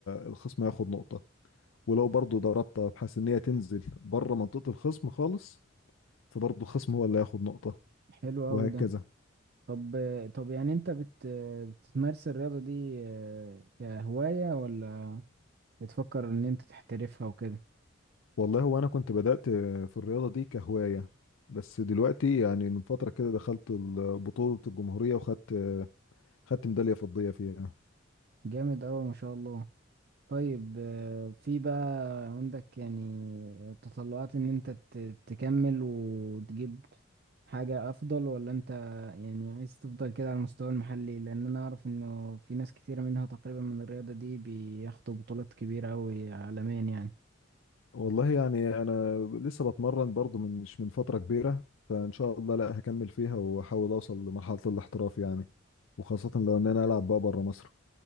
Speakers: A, on the left (about 80°); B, on the right (about 50°).
A: الخصم هياخد نقطه ولو برضو ضربتها بحيث ان هي تنزل بره منطقه الخصم خالص فبرضه الخصم هو اللي هياخد نقطة
B: حلو
A: وهكذا
B: قوي ده طب طب يعني انت بت بتمارس الرياضة دي آه، كهواية ولا بتفكر ان انت تحترفها وكده
A: والله هو أنا كنت بدأت في الرياضة دي كهواية بس دلوقتي يعني من فترة كده دخلت ال- بطولة الجمهورية وخدت خدت ميدالية فضية فيها
B: جامد اوي ما شاء الله طيب آه، في بقى عندك يعني تطلعات ان انت ت- تكمل وتجيب حاجة افضل ولا انت يعني عايز تفضل كده على المستوى المحلي لان انا اعرف انه في ناس كتيرة منها تقريبا من الرياضة دي بياخدوا بطولات كبيرة اوي عالميا يعني
A: والله يعني أنا لسه بتمرن برضه من مش من فترة كبيرة فإن شاء الله لا هكمل فيها وأحاول أوصل لمرحلة الاحتراف يعني وخاصة لو إن أنا ألعب بقى بره مصر